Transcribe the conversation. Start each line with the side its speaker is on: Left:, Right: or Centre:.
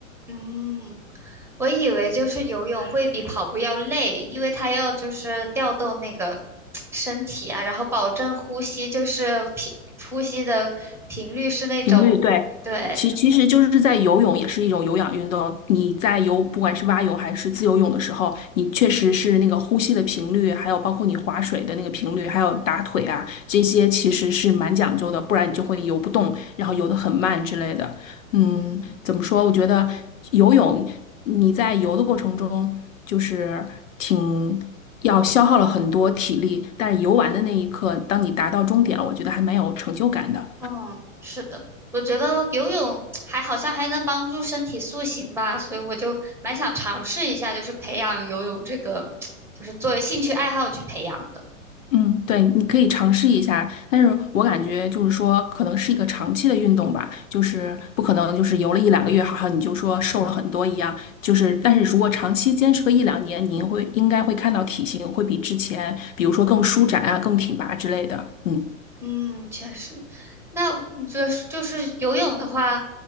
Centre: 嗯，我以为就是游泳会比跑步要累，因为它要就是调动那个身体啊，然后保证呼吸，就是频呼吸的频率是那种。
Left: 频率对，
Centre: 对，
Left: 其其实就是在游泳也是一种有氧运动。你在游，不管是蛙泳还是自由泳的时候，你确实是那个呼吸的频率，还有包括你划水的那个频率，还有打腿啊，这些其实是蛮讲究的，不然你就会游不动，然后游得很慢之类的。嗯，
Centre: 嗯，
Left: 怎么说？我觉得游泳你在游的过程中就是挺要消耗了很多体力，但是游完的那一刻，当你达到终点了，我觉得还蛮有成就感的。
Centre: 嗯，是的，我觉得游泳还好像还能帮助身体塑形吧，所以我就蛮想尝试一下，就是培养游泳这个，就是作为兴趣爱好去培养的。
Left: 嗯，对，你可以尝试一下，但是我感觉就是说，可能是一个长期的运动吧，就是不可能就是游了一两个月，好像你就说瘦了很多一样，就是但是如果长期坚持个一两年，您会应该会看到体型会比之前，比如说更舒展啊，更挺拔之类的。嗯
Centre: 嗯，确实。那你觉得就是游泳的话，